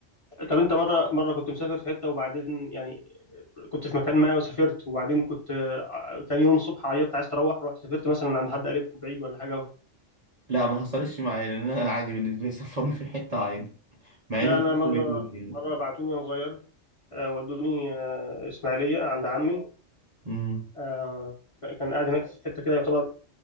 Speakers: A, on the left; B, on the right.
A: طب انت مره مره كنت مسافر في حته وبعدين يعني كنت في مكان ما وسافرت وبعدين كنت آه، تاني يوم الصبح عيطت عايز تروح رحت سافرت مثلا عند حد قريبكم بعيد ولا حاجه
B: لا ما حصلش معايا لأن أنا عادي بالنسبة لي سفرني في حتة عادي مع
A: لا
B: إني سافرت
A: انا مره
B: بيتوتي يعني
A: مره بعتوني وانا صغير آه، ودوني آه، اسماعيليه عند عمي
B: أمم،
A: آه، ك- كان قاعد هناك في حته كده يعتبر